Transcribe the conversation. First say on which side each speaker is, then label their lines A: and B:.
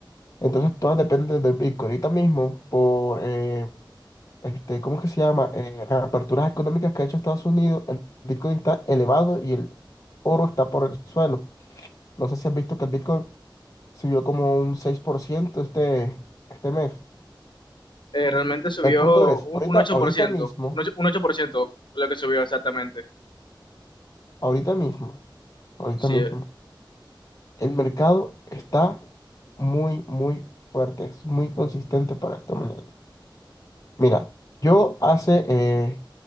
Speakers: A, on the left; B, on the left.
A: Entonces, todas dependen del Bitcoin. Ahorita mismo, por, eh, este, ¿cómo que se llama? Eh, reaperturas económicas que ha hecho Estados Unidos, el Bitcoin está elevado y el oro está por el suelo. No sé si has visto que el Bitcoin subió como un 6% este, este mes.
B: Eh, realmente subió
A: El punto es,
B: un,
A: ahorita,
B: un 8%,
A: ahorita mismo,
B: un ocho un ocho por ciento lo que subió exactamente.
A: ahorita mismo, ahorita
B: Sí.
A: mismo.
B: eh.
A: El mercado está muy, muy fuerte, es muy consistente para esta moneda. Mira, yo hace, eh,